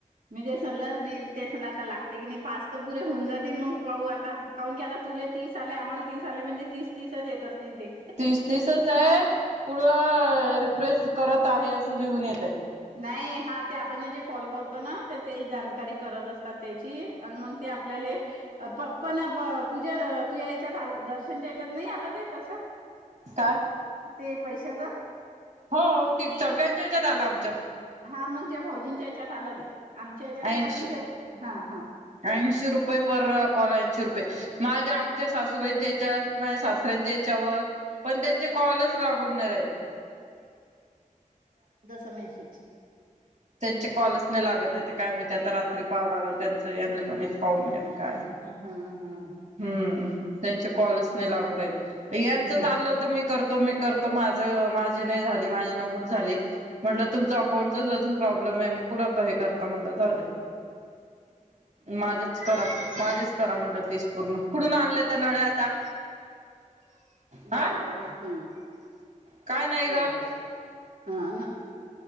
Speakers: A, on the right; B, on the right.
A: मी ते सगलं मी ते सलं आता लागते की नाही पाच तर पुरे होऊन जातील मग पाहू आता काहून की आता तुले तीस आले आम्हाला तीस आले म्हणजे तीस तीसच येत असतील. ते
B: तीस तीसच आहे पुढं रिप्रेस करत आह. असं लिहून येतंय.
A: नाही हा ते आपण हेजे कॉल करतो. ना तते जानकारी करत असतात त्याची आणि मग ते आपले पण. पण पूजा तुझ्या याच्यात दर्शनच्या याच्यात नाही आलं ते तस.
B: काय?
A: ते पैशाच.
B: हो ते सगळ्यांच्या याच्यात आलं आमच्यात
A: हा मग तुझ्या भाऊजींच्या हेच्यात आलं ते. आमच्या ह्याच्यात
B: ऐंशी.
A: नाही आलं पण ते हा हा
B: ऐंशी रुपये पर कॉल ऐंशी रुपये. माझ्या आमच्या सासूबाईंच्या यच्यात, माझ्या सासऱ्यांच्या याच्यावर पण त्यांचे कॉलच लागून नाही राहिले.
A: मॅसेज.
B: त्यांचे कॉलच नाही लागत आहे ते काय माहिती आता रात्री पाहावं लागल यांना म्हणील पाहून घ्या. काय.
A: हा हा
B: हम. त्याचे कॉलच लागू राहीले याचं
A: ह
B: चाललं होत मी करतो, मी करतो, माझ माझे नाही झाले माझे नव्वद झाले. म्हटलं तुमचं अकाऊंटच आजुन प्रॉब्लेम आहे मग कुठं हे करता म्हलं जाऊ दे माझंच करा माझेच करा म्हटलं तीस पूर्ण. कुठून आणले त्या नळ्या आता?
A: बरोबर
B: हा
A: आहे. ह
B: काय नाही
A: बरोबर
B: ग
A: आहे. ह